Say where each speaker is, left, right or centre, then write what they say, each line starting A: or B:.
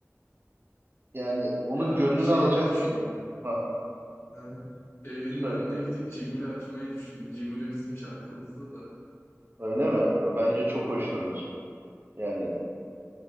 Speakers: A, on the right (about 45°); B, on the left (about 45°).
A: Yani onun
B: Ya
A: gönlünü
B: şeyi
A: alacak
B: de düşündüm.
A: bir ha
B: Hı. Evinin
A: söyle
B: önüne gidip Cigül'ü açmayı düşündüm. Cigül'ü bizim şarkımızda da.
A: öyle mi? Bence çok hoşlanır. Yani